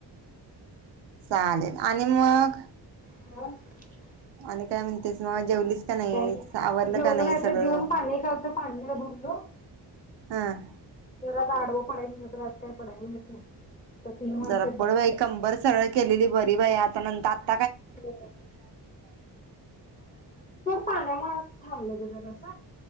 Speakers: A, on the right; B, on the left.
A: चालेल आणि मग
B: <inaudible>
A: आणि काय म्हणतेस म जेवलीस का नाही
B: जेवलो
A: आवरलं का
B: नाही
A: सगळं
B: तर, जेवून पाणी खालच पाणी भरलं.
A: हं.
B: मग आडवो पडायचं म्हणल, तर आज काय पडायला मिळतं नाही. आता तीन वाजतात
A: जरा
B: बघ.
A: पड बाई कंबर सरळ केलेली बरी बाई आ <inaudible>
B: होय <unintelligible> पाण्यामुळे आस थांबलं गं जरास.